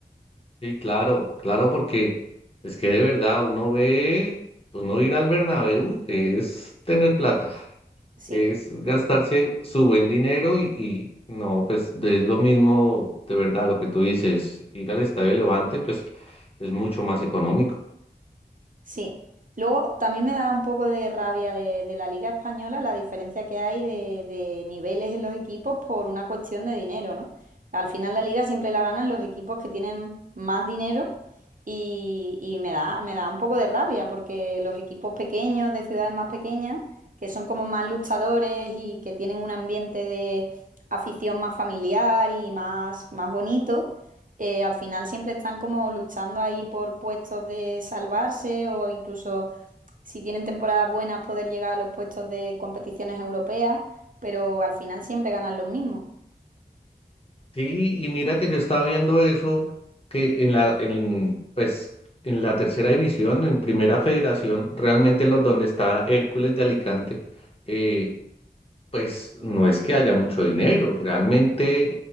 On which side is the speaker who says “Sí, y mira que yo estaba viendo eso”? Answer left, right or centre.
Left